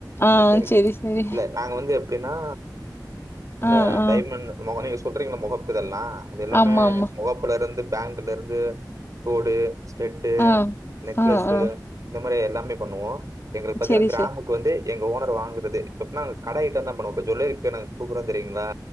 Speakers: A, on the left; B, on the right.
A: ஆ
B: ஓகே ஓகே
A: செரி செரி
B: இல்ல நாங்க வந்து எப்டின்னா
A: ஆ
B: அ
A: ஆ
B: டைமண்ட் முக நீங்க சொல்றீங்கள மொகப்பு இதெல்லா அது எல்லாமே
A: ஆமா ஆமா
B: மொகப் அல இருந்து பேங்கல இருந்து தோடு ஸ்டெட்டு
A: ஆ
B: நெக்லஸு
A: ஆ ஆ
B: இந்த மாதிரி எல்லாமே பண்ணுவோ எங்களுக்கு பாத்தீங்கன்னா
A: செரி
B: கிராமுக்கு
A: செரி
B: வந்து எங்க ஓனர் வாங்குறது இப்ப கட ஐட்டம் தா பண்ணுவாப்ல இப்ப ஜேவெள்ளேரி இருக்கு நாங்க குடுக்குறோ தெரியுங்களா